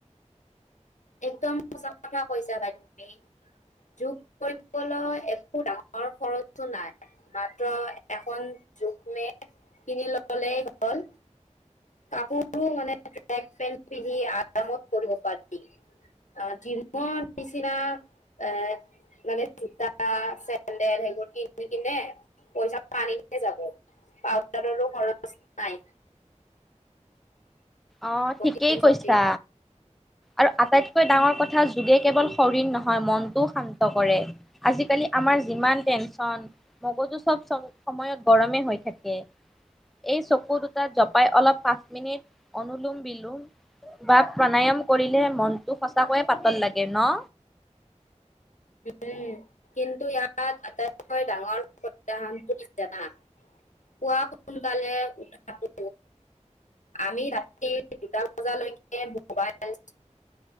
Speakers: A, on the left; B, in the centre.
A: একদম সঁচা কথা কৈছা বাই তুমি, যোগ কৰিবলৈ একো ডাঙৰ খৰচো নাই, মাত্ৰ এখন যোগ মেট কিনি ল'লেই হ'ল, কাপোৰো মানে ট্ৰেক পেণ্ট পিন্ধি আৰামত কৰিব পাৰি আ, জিমৰ নিচিনা এ, মানে জোতা, চেন্দেল সেইবোৰ কিনি কিনে পইচা পানীতহে যাব, পাউদাৰৰো খৰচ নাই।
B: অ',
A: প্ৰটিন
B: ঠিকেই কৈছা,
A: চটিন
B: আৰু আটাইতকৈ ডাঙৰ কথা যোগে কেৱল শৰীৰ নহয়, মনটোও শান্ত কৰে। আজিকালি আমাৰ যিমান টেনচন মগজু চব-চ সময়ত গৰমে হৈ থাকে, এই চকু দুটাত জপাই অলপ পাঁচ মিনিট অনলোম, বিলোম বা প্ৰাণায়াম কৰিলে মনটো সঁচাকৈয়ে পাতল লাগে ন?
A: উম, কিন্তু ইয়াত আটাইতকৈ ডাঙৰ <unintelligible> জানা, পুৱা সোনকালে উঠাটো, আমি ৰাতি দুটা বজালৈকে মোবাইল